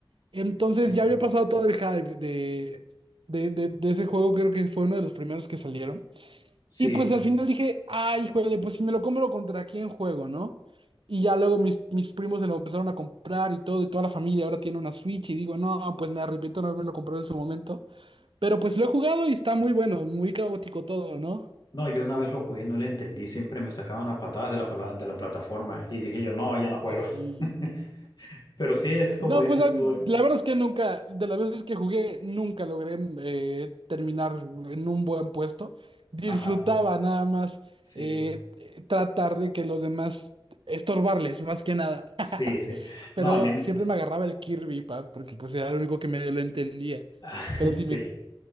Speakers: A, on the right; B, on the left.
A: Entonces
B: sí,
A: ya había pasado todo el hype de, de, de de ese juego. Creo que fue uno de los primeros que salieron.
B: sí.
A: Y pues al final dije, ay, híjole, pues si me lo compro, ¿contra quién juego, no? Y ya luego mis, mis primos se lo empezaron a comprar y todo, y toda la familia ahora tiene una Switch. Y digo, no, pues me arrepiento de no haberme lo comprado en su momento. Pero pues lo he jugado y está muy bueno, muy caótico todo, ¿no?
B: No, yo una vez lo jugué, no le entendí, siempre me sacaban a patadas de la, pala- de la plataforma y dije yo, no, ya no juego.
A: Sí, sí.
B: <laughs> Pero sí, es como
A: No,
B: dices
A: pues la, la
B: tú. eh.
A: verdad es que nunca, de las veces que jugué, nunca logré eh, terminar en un buen puesto. Disfrutaba
B: Ajá,
A: nada más
B: sí,
A: eh, tratar de que los demás estorbarles, más que nada.
B: sí,
A: <laughs>
B: sí.
A: Pero
B: No, a mí,
A: siempre me agarraba el Kirby, pa, porque pues era lo único que medio lo entendía.
B: <laughs>
A: Pero dime.
B: sí.